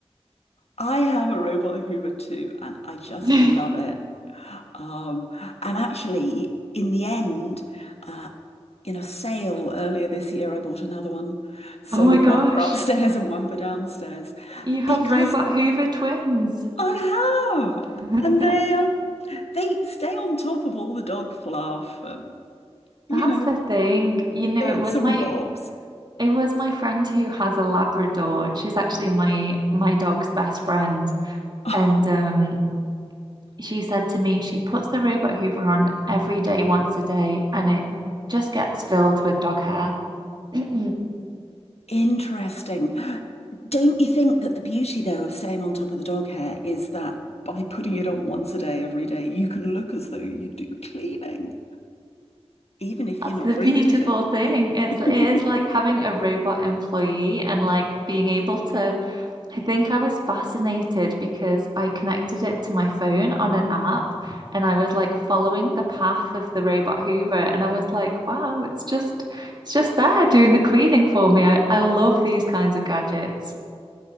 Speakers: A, on the left; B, on the right.
A: I have a robot Hoover too, and I just
B: <laughs>
A: love it. Um, and actually, in the end, uh, in a sale earlier this year, I bought another one. So
B: Oh my gosh,
A: one for upstairs <laughs> and one for downstairs
B: you have
A: because
B: robot Hoover twins.
A: I have,
B: <laughs>
A: and they um they stay on top of all the dog fluff and you
B: That's
A: know
B: the thing. You know,
A: bits
B: it was
A: and
B: my
A: bobs.
B: It was my friend who has a Labrador. She's actually my my dog's best friend.
A: <laughs>
B: And um, she said to me, she puts the robot hoover on every day, once a day, and it just gets filled with dog hair. <clears throat> That's
A: Interesting. Don't you think that the beauty, though, of staying on top of the dog hair is that by putting it on once a day, every day, you can look as though you do cleaning, even if you're not
B: the
A: very
B: beautiful
A: good at it?
B: thing. It's
A: <laughs>
B: it is like having a robot employee and like being able to I think I was fascinated because I connected it to my phone on an app and I was like following the path of the robot Hoover and I was like, wow, it's just it's just there doing the cleaning for me. I, I love these kinds of gadgets.